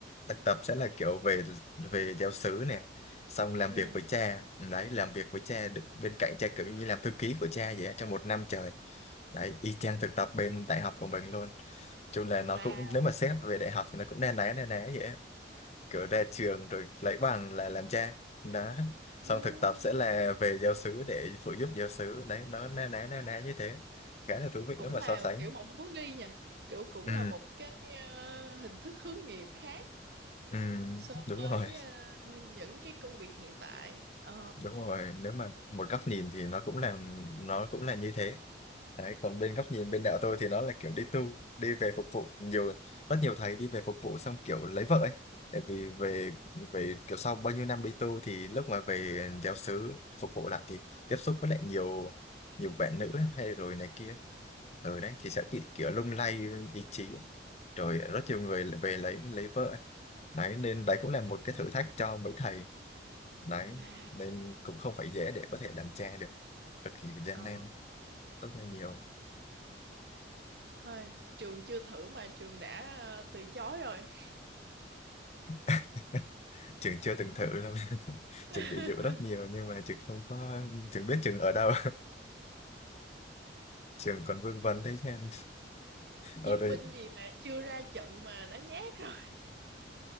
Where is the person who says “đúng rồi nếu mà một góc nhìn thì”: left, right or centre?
Left